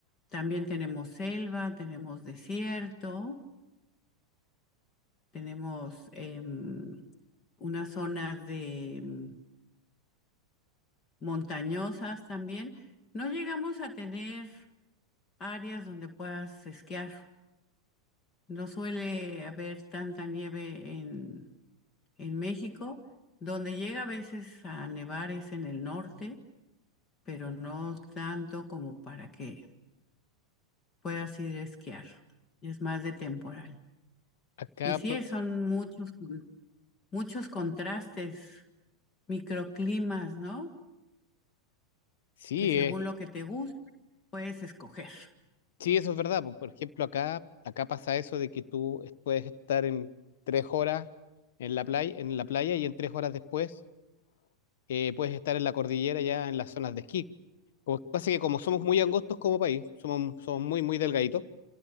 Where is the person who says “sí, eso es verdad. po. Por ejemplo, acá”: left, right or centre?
Left